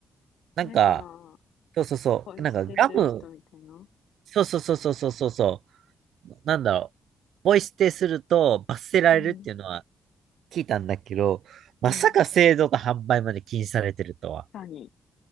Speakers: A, on the right; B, on the left.
A: なんか、
B: ないかな。
A: そうそうそう、
B: ポイ捨てする人みたいな。
A: なんかガム、そうそうそうそうそうそう、なんだろう、ポイ捨てすると罰せられるっていうのは
B: うん、
A: 聞いたんだけど、
B: うん。
A: まさか製造と販売まで禁止されてるとは。
B: 確かに。